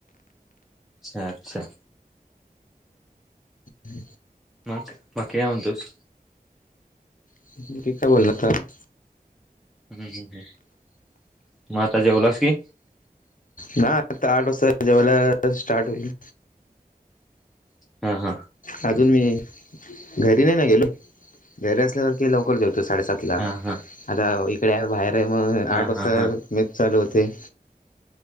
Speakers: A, in the centre; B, on the left (about 55°).
A: अच्छा! अच्छा!
B: हम.
A: मग. बाकी काय म्हणतोस?
B: <unintelligible> का बोलतात.
A: हम्. हम. हम. मग आता जेवलास की?
B: ना आता आठ वाजता जेवायला स्टार्ट होईल.
A: हा हा
B: <inaudible> अजून मी. घरी नाही ना गेलो. घरी असल्यावर लवकर जेवतो साडेसात. ला.
A: हा हा
B: आता इकडे बाहेर आहे मग आठ
A: हा
B: वाजता
A: हा हा
B: मेस चालू होतंय.